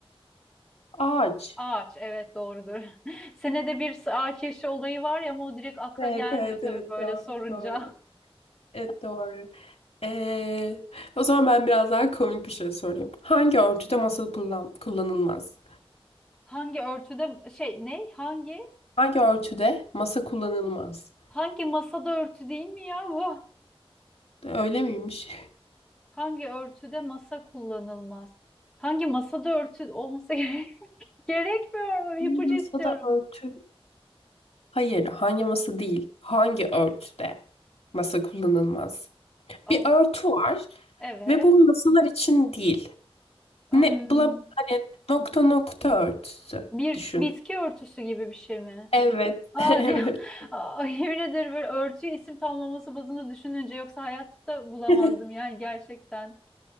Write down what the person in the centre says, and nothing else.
ağaç evet doğrudur. <laughs> Senede bir ağaç yaşı olayı var ya ama o direkt akla
gelmiyor
tabii
böyle
sorunca.
<laughs> Hangi örtüde şey ne hangi
hangi masada örtü değil mi ya bu?
Hangi örtüde masa kullanılmaz? Hangi masada örtü olması <laughs> gerek gerekmiyor mu?
İpucu
istiyorum.
Al.
Evet.
Hmm,
bir
bitki örtüsü gibi bir şey mi?
Aa
diye
<laughs> Ay, yemin ederim böyle örtüyü isim tamlaması bazında düşününce yoksa hayatta bulamazdım
yani gerçekten.